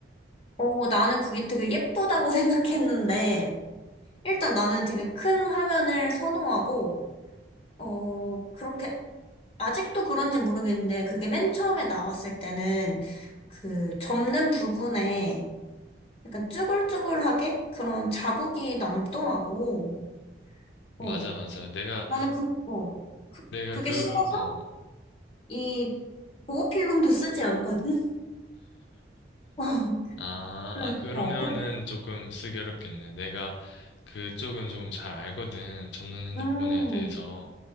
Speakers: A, on the left; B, on the left.
A: 어, 나는 그게 되게 예쁘다고 <laughs> 생각했는데, 일단 나는 되게 큰 화면을 선호하고, 어, 그렇게, 아직도 그런지 모르겠는데, 그게 맨 처음에 나왔을 때는, 그, 접는 부분에, 약간 쭈글쭈글하게 그런 자국이 남더라고.
B: 맞아,
A: 어.
B: 맞아. 내가,
A: 나는 그, 어.
B: 내가
A: 그게
B: 그,
A: 싫어서
B: 어,
A: 이 보호필름도 쓰지 않거든? <laughs> 어,
B: 아,
A: 그래,
B: 아, 그러면은
A: 어, 그,
B: 조금 쓰기 어렵겠네. 내가 그쪽은 좀 잘 알거든. 접는 핸드폰에
A: 음,
B: 대해서.